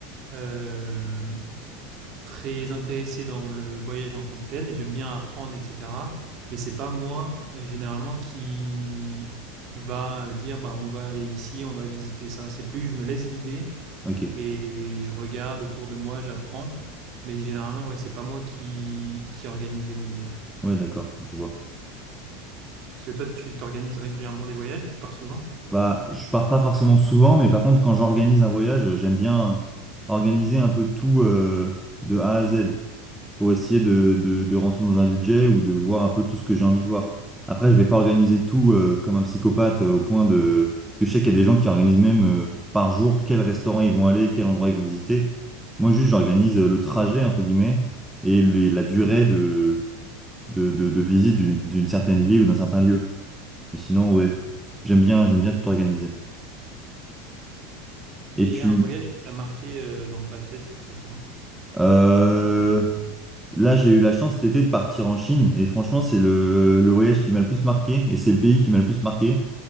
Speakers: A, on the right; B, in the centre.
A: euh, très intéressé dans le voyage en tant que tel, j'aime bien apprendre, etc. Mais c'est pas moi, euh, généralement, qui va euh, dire, bah, on va aller ici, on va visiter ça. C'est plus, je me laisse guider
B: Ok.
A: et, et je regarde autour de moi, j'apprends. Mais généralement, ouais, c'est pas moi qui, qui organise les voyages.
B: Ouais, d'accord, je vois.
A: Parce que toi, tu t'organises régulièrement des voyages, tu pars souvent?
B: Bah, je pars pas forcément souvent, mais par contre, quand j'organise un voyage, j'aime bien organiser un peu tout, euh, de A à Z. pour essayer de, de, de rentrer dans un budget ou de voir un peu tout ce que j'ai envie de voir. Après, je vais pas organiser tout euh, comme un psychopathe euh, au point de... Parce que je sais qu'il y a des gens qui organisent même euh, par jour quel restaurant ils vont aller, quel endroit ils vont visiter. Moi, juste, j'organise euh, le trajet, entre guillemets, et les- la durée de, de, de, de visite d'une, d'une certaine ville ou d'un certain lieu. Mais sinon, ouais,
A: D'accord.
B: j'aime bien, j'aime bien tout organiser.
A: Et
B: Et tu...
A: un voyage qui t'a marqué euh, dans le passé, ça serait quoi?
B: Euh, Là, j'ai eu la chance cet été de partir en Chine et franchement, c'est le, le voyage qui m'a le plus marqué et c'est le pays qui m'a le plus marqué.